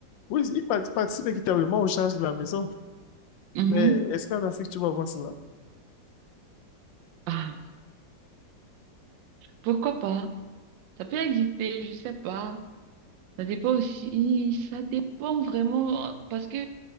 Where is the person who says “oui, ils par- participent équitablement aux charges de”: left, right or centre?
Left